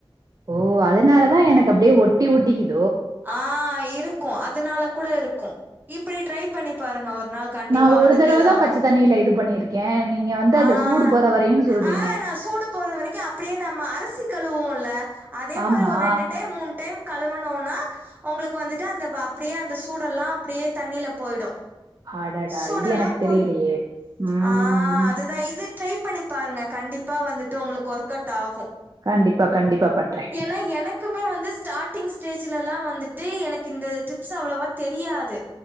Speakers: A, on the right (about 40°); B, on the right (about 20°).
A: ஓ அதனாலதா எனக்கு அப்டியே ஒட் ஒட்டி ஒட்டிக்கிது
B: ஆஹ் இருக் கு அதனால கூட இருக்கு இப்பிடி ட்ரை பண்ணி பாருங்க ஓர் ஒரு நாள் கண்டிப்பா
A: நா ஒரு
B: வந்துட்டு
A: தடவ
B: இதாகு
A: தா பச்ச தண்ணியில இது பண்ணிருக்கே நீங்க வந்து அந்த
B: ஆஹ்
A: சூடு போற வரையுன்னு சொல்றீங்க
B: ஆஹ் நா சூடு போற வரைக்கு அப்பிடியே நம்ம அருசி கழுவுவோல்ல அதே
A: ஆமா
B: மாரி ஒரு ரெண்டு டைம் மூணு டைம் கழுவுனோனா உங்களுக்கு வந்துட்டு அந்த அப்பிடியே அந்த சூடெல்லா அப்பிடியே தண்ணியில போயிடு
A: அடடா
B: சூடுலா
A: இது எனக்கு
B: போ
A: தெரியலையே ம்
B: ஆஹ் அதுதா இது ட்ரை பண்ணி பாருங்க கண்டிப்பா வந்துட்டு உங்களுக்கு ஒர்க்கவுட்டாகு
A: கண்டிப்பா கண்டிப்பா பண்றே
B: ஏன்னா எனக்குமே வந்து ஸ்டார்ட்டிங்ஸ் டேஜ் லல்லா வந்துட்டு எனக்கு இந்த ட்ரிப்ஸ் அவ்ளோவா தெரியாது